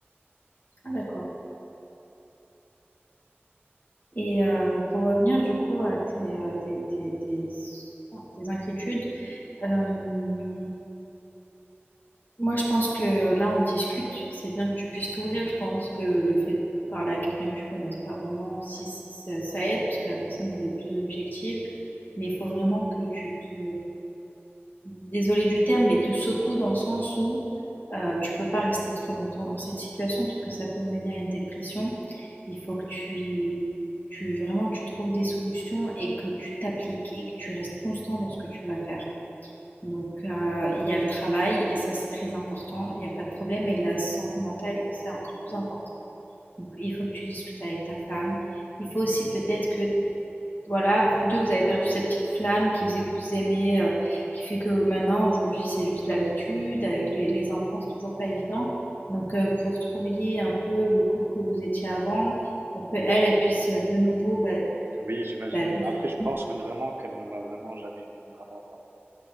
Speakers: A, on the left (about 45°); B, on the right (about 65°).
A: Ah d'accord. Et euh, pour revenir du coup à tes, euh, tes, tes- tes- enfin, tes inquiétudes, euh, moi je pense que là on discute, c'est bien que tu puisses t'ouvrir, je pense que le fait de parler à quelqu'un que tu connaisses pas vraiment aussi, ça, ça aide, parce que la personne elle est plus objective, mais il faut vraiment que tu te Désolée du terme, mais te secoue dans le sens où heu, tu peux pas rester trop longtemps dans cette situation parce que ça peut mener à une dépression. Il faut que tu tu vraiment tu trouves des solutions et que tu t'appliques et que tu restes constant dans ce que tu vas faire. Donc heu, il y a le travail et ça c'est très important, il y a pas de problème, et la santé mentale, c'est encore plus important. Donc il faut que tu discutes avec ta femme. Il faut aussi peut-être que voilà, vous 2, vous avez perdu cette petite flamme qui faisait que vous aimez, heu, qui fait que maintenant, aujourd'hui, c'est juste l'habitude. Avec les les enfants, c'est toujours pas évident. Donc, heu, que vous retrouviez un peu le couple que vous étiez avant pour que elle elle puisse, heu, de nouveau, bah
B: Oui, j'imagine.
A: bah, te
B: Mais
A: soutenir.
B: après, je pense que vraiment qu'elle ne m'a vraiment jamais aimé. Vraiment, vraiment.